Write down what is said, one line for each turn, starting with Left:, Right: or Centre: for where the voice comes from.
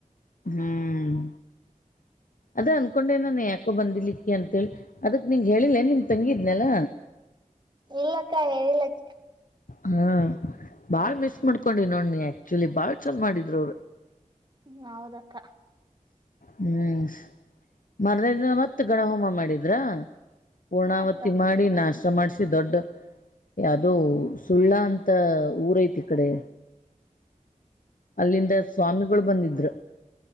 Left: ಹ್ಮ್ ಅದ್ರ ಅನ್ಕೊಂಡೆ ನಾನ ಯಾಕೋ ಬಂದಿಲಿಕ್ಕಿ ಅಂತೇಳಿ ಅದಕ್ ನಿಂಗ ಹೇಳಿಲ್ಲೇ ನಿಮ ತಂಗಿದ್ನಲ್ಲ
Right: ಇಲ್ಲಕ್ಕ ಹೇಳಲಕ್ಕ
Left: ಹಾ ಬಾಳ್ ಮಿಸ್ ಮಾಡ್ಕೊಂಡಿ ನೋಡ್ ನೀ ಆಕ್ಚುಲಿ ಬಾಳ್ ಚಂದ ಮಾಡಿದ್ರು ಅವರು
Right: ಹೌದಕ್ಕ
Left: ಹ್ಮ್ ಮರದಿನ ಮತ್ತ ಗಣಹೋಮ ಮಾಡಿದ್ರ ಪೂರ್ಣಾವತಿ
Right: ಹಾ ಅಕ್ಕ
Left: ಮಾಡಿ ನಾಶ ಮಾಡ್ಸಿ ದೊಡ್ಡ ಅದೋ ಸುಳ್ಳ ಅಂತ ಊರಐತಿ ಈ ಕಡೆ ಅಲ್ಲಿಂದ ಸ್ವಾಮಿಗಳು ಬಂದಿದ್ರು